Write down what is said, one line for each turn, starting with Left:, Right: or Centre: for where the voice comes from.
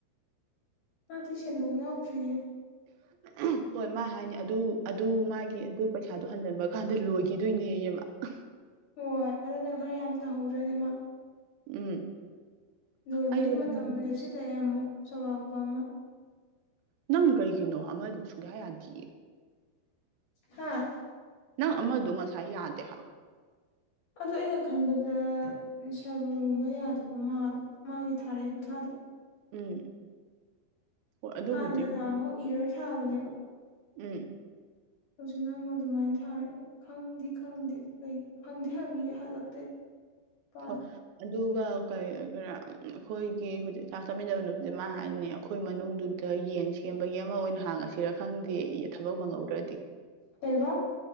Left: ꯃꯥꯗꯤ ꯁꯦꯟꯗꯣꯡ ꯌꯥꯎꯗ꯭ꯔꯤꯌꯦ
Right: ꯎꯝ ꯍꯣꯏ ꯃꯥ ꯍꯥꯏꯅꯤ ꯑꯗꯨ ꯑꯗꯨ ꯃꯥꯒꯤ ꯑꯗꯨ ꯄꯩꯁꯥꯗꯨ ꯍꯟꯖꯤꯟꯕ ꯀꯥꯟꯗ ꯂꯣꯏꯒꯤꯗꯣꯏꯅꯦꯌꯦ ꯃꯥ <unintelligible>
Left: ꯍꯣꯏ ꯑꯗꯨꯅ ꯈꯔ ꯌꯥꯝ ꯇꯧꯍꯧꯗ꯭ꯔꯗꯤ ꯃꯥ
Right: ꯎꯝ
Left: ꯂꯣꯏꯕꯗꯤ
Right: ꯑꯩꯁꯨ
Left: ꯃꯇꯝ
Right: ꯑꯃ
Left: ꯂꯦꯞꯁꯤꯜꯂꯛꯑꯦ ꯑꯃꯨꯛ ꯆꯥꯎꯔꯥꯛꯄ ꯑꯃ
Right: ꯅꯪ ꯀꯩꯒꯤꯅꯣ ꯑꯃꯗꯣ ꯁꯨꯡꯌꯥ ꯌꯥꯗꯤꯌꯦ
Left: ꯍꯥꯥ
Right: ꯅꯪ ꯑꯃꯗꯣ ꯉꯁꯥꯏ ꯌꯥꯗꯦ ꯍꯥꯏꯕ
Left: ꯑꯗꯣ ꯑꯩꯅ ꯈꯟꯕꯗ ꯁꯥꯏꯕꯔꯒꯨꯝꯕ ꯌꯥꯗꯕ ꯃꯥꯜꯂꯦ ꯃꯥꯒꯤ ꯊꯥꯔꯛꯏ ꯈꯨꯊꯥꯗꯣ
Right: ꯎꯝ ꯍꯣꯏ ꯑꯗꯨꯕꯨꯗꯤ
Left: ꯍꯥꯟꯅꯅ ꯑꯃꯨꯛ ꯏꯔꯔ ꯊꯥꯕꯅꯦꯕ
Right: ꯎꯝ
Left: ꯍꯧꯖꯤꯛꯅ ꯑꯃꯨꯛ ꯑꯗꯨꯝꯃꯥꯏꯅ ꯊꯥꯔꯛꯑꯦ ꯈꯪꯗꯤ ꯈꯪꯗꯦ ꯑꯗꯨ ꯀꯩ ꯍꯪꯗꯤ ꯍꯪꯒꯤꯒꯦ ꯍꯜꯂꯛꯇꯦ ꯅꯨꯄꯥꯗꯣ
Right: ꯍꯣꯏ ꯑꯗꯨꯒ ꯀꯔꯤ <unintelligible> ꯑꯈꯣꯏꯒꯤ ꯍꯧꯖꯤꯛ ꯆꯥꯛ ꯆꯥꯃꯤꯟꯅꯕ ꯅꯨꯄꯤꯗꫭ ꯃꯥ ꯍꯥꯏꯅꯦ ꯑꯈꯣꯏ ꯃꯅꯨꯡꯗꯨꯗ ꯌꯦꯟ ꯁꯦꯝꯕꯒꯤ ꯑꯃ ꯑꯣꯏꯅ ꯍꯥꯡꯉꯁꯤꯔ ꯈꯪꯗꯦꯌꯦ ꯊꯕꯛ ꯐꯪꯍꯧꯗ꯭ꯔꯗꯤ
Left: ꯀꯩꯕ